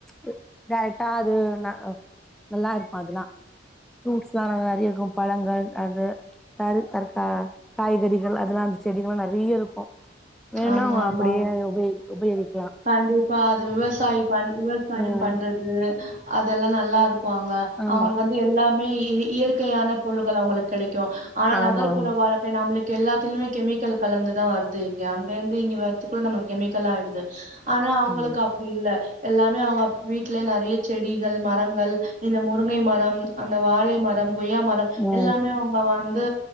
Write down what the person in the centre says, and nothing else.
ம் டேரக்ட்டா அது நா நல்லாருக்கு அதுலா ஃப்ரூட்ஸ்லா நாங்க நிறைய இருக்கு பழங்கள் அது தரு தற்கா காய்கறிகள் அதெலா அந்த செடிகல்லா நெறைய இருக்கு வேனுன்னா
அவங்க
அப்டியே பேய் <unintelligible>
ம்
ஆமா
ஆமா
ஆமா
ம்
ஆமா